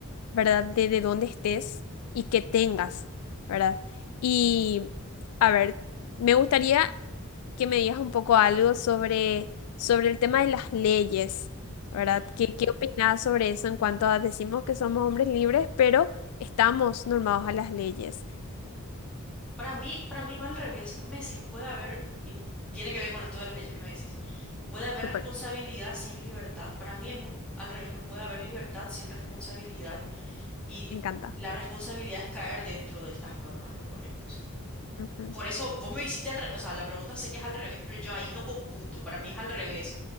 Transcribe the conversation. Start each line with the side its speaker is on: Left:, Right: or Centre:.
Left: ¿verdad? De, de dónde estés y qué tengas, ¿verdad? Y, a ver, me gustaría que me digas un poco algo sobre, sobre el tema de las leyes, ¿verdad?
Centre: Ujú.
Left: ¿Qué, qué opinas sobre eso en cuanto a decimos que somos hombres libres, pero estamos normados a las leyes?
Centre: Para mí, para mí va al revés. Vos me decís, puede haber, y tiene que ver con esto de las leyes que me decís. Puede haber
Left: Súper,
Centre: responsabilidad sin libertad. Para mí es un, al revés, no puede haber libertad sin responsabilidad y
Left: me encanta.
Centre: la responsabilidad es caer dentro de estas normas que ponemos.
Left: Ujú,
Centre: Por eso vos me hiciste, al re- o sea, la pregunta sé que es al revés, pero yo ahí no computo. Para mí es al revés.